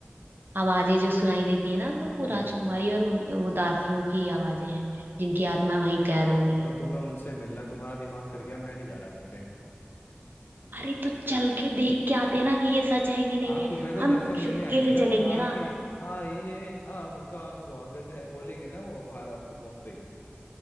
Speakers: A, on the right; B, on the left.
A: आवाजें जो सुनाई देती है ना तो वो
B: हम्म
A: राजकुमारी और उन वो दासियों की आवाजें हैं जिनकी आत्मा वहीं कैद हो गई है
B: और तुम्हें उनसे मिलना तुम्हारा दिमाग फिर गया मैं नहीं जा रहा कहीं पे
A: अरे तो चल के देख के आते हैं ना कि ये सच है कि नहीं
B: हाँ
A: है
B: तुम्हें तो
A: हम
B: दर्शन देने
A: चुपके
B: आएगी
A: से
B: ना वो
A: चलेंगे
B: बाहर
A: ना
B: के आइए आपका स्वागत है बोलेंगे ना वो बाहर आपके पहुंचते ही